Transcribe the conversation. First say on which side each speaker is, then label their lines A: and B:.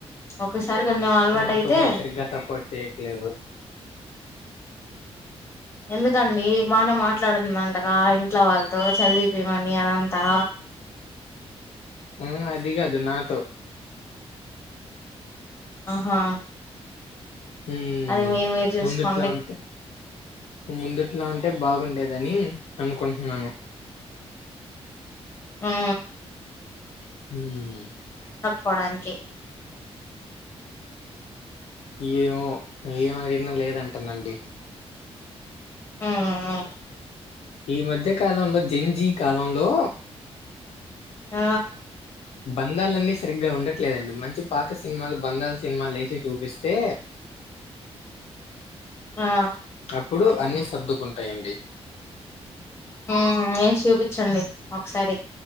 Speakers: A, on the left (about 25°); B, on the left (about 70°).
A: ఒకస సార్ కొజ అల్వాట
B: మా
A: అయితే
B: అక్క కూడా సరిగ్గా సపోర్ట్ చేయట్లేదు
A: ఎందుకండి బానే మాట్లాడుతుందింటగా ఇంట్లో వాళ్ళతో చదివిపోమని అదంతా
B: ఉమ్ అదికదు నాతో
A: ఆహా
B: ఉ
A: అది మీరు మీరు చూసుకోండి
B: ముందుట్లా అంటే ముందుట్లా అంటే బాగుండేదని అనుకుంటున్నాను
A: ఆ
B: ఉమ్
A: పోడానికి
B: ఏమో ఏమడిగినా లేదంటుందండి
A: ఉమ్
B: ఈ మధ్య కాలంలో జింజి కాలంలో
A: ఆ
B: బంధాలన్నీ సరిగ్గా ఉండట్లేదండి మంచి పాత సినిమాలు బంధాలు సినిమాలు వేసి చూపిస్తే
A: ఆ
B: అప్పుడు అన్ని సర్దుకుంటాయండి
A: ఆ ఏసి చూపించండి ఒకసారి